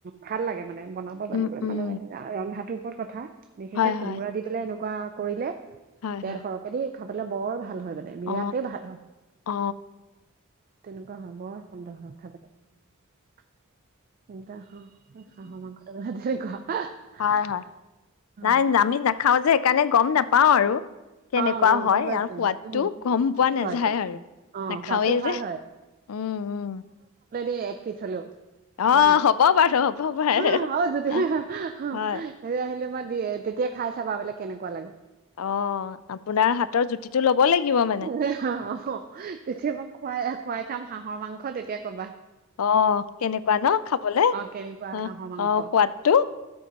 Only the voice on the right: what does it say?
ভাল লাগে মানে। বনাব জানিলে
মানে ৰন্ধাটো ক'ত কথা বিষকে
কোমোৰা
দি পেলাই এনো কোৱা কৰিলে?
তেৰ
সৰহ কেদি খাবলৈ বৰ ভাল হয়। বিয়াতে
ভাল হয়।
<unintelligible> বৰ সুন্দৰ হয় খাবটে। <unintelligible> <unintelligible>
অ',
গম পাইছো
উম,
সোৱাদটো
অ',
সোৱাদটো ভাল
এ এক পিচ হ'লেও
বনাই
<unintelligible>
<unintelligible> কেনেকুৱা লাগে?
তেতিয়া মই খুৱাই খুৱাই থাম হাঁহৰ মাংস তেয়া ক'বা।
অ', কেনেকুৱা
হাঁহৰ মাংস